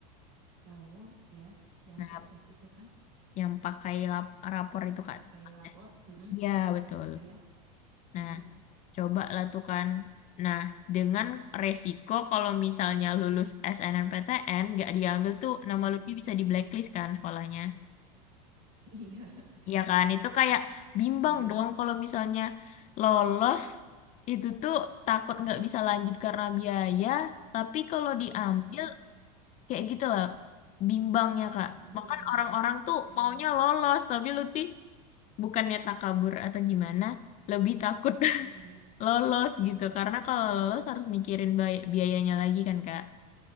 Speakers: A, on the right; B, on the left.
A: Tahu ya? Yang
B: Nah,
A: tes tes itu kan
B: yang pakai lap- rapor itu Kak.
A: pakai
B: tempat
A: lapot. Mm-mm.
B: Iya, betul.
A: Oh ya. Mm-mm,
B: Nah, Coba lah tuh kan. Nah, dengan resiko kalau misalnya lulus SNMPTN gak diambil tuh nama
A: mm-mm.
B: Lutfi bisa di blacklist kan sekolahnya.
A: <laughs> Iya
B: Ya
A: benar.
B: kan, itu kayak bimbang
A: Iya.
B: dong kalau misalnya lolos itu tuh takut nggak bisa lanjut karena biaya, tapi kalau diambil
A: <laughs>
B: kayak gitu lah bimbangnya Kak.
A: Dilema
B: Makan orang-orang tuh
A: dilema.
B: maunya lolos, tapi Lutfi bukannya takabur atau gimana, lebih takut <laughs>
A: Eh,
B: lolos gitu karena kalau lolos harus mikirin bay- biayanya lagi kan Kak.